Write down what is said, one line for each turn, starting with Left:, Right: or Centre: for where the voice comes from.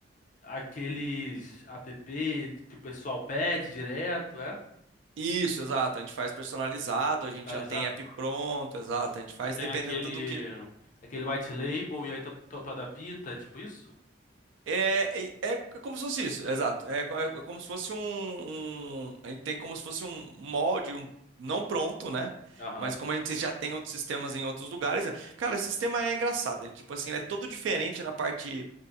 Left: aqueles app que o pessoal pede direto, é?
Right: Isso, exato. A gente faz personalizado, a
Left: Personalizado,
Right: gente já tem app
Left: né?
Right: pronto, exato. A gente faz
Left: Tu tem
Right: dependendo
Left: aquele.
Right: do que.
Left: aquele white label e aí tu, tu, tu adapta, é tipo isso?
Right: É, é, é como se fosse isso, exato. É, co- é é como se fosse um, um- A gente tem como se fosse um molde, um, não pronto, né?
Left: Aham.
Right: Mas como a gente já tem outros sistemas em outros lugares. é- Cara, esse sistema é engraçado. Ele, tipo assim, ele é todo diferente na parte